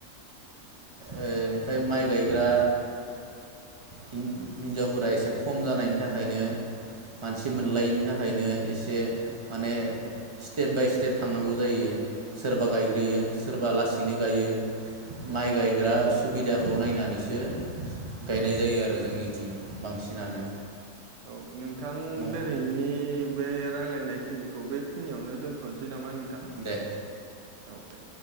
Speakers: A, on the right (about 40°); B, on the right (about 60°).
A: ओमफाय माइ ओ गायग्रा हिन्जावफोरा एसे खम जानायनि थाखायनो मानसि मोनलायैनि थाखायनो एसे माने स्टेप बाय स्टेप थांनांगौ जायो सोरबा गायग्रोयो
B: औ
A: सोरबा लास बिनो गायो
B: औ
A: माइ गायग्रा सुबिदा देहाखौ नायनानैसो गायनाय जायो आरो जोंनिथिं बांसिनानो
B: औ औ नोंथां
A: न'
B: दोनैनि बे रायलायनायखिनिखौ बेखिनियावनो दोनथ'नोसै फै नामा नोंथां
A: दे
B: औ दे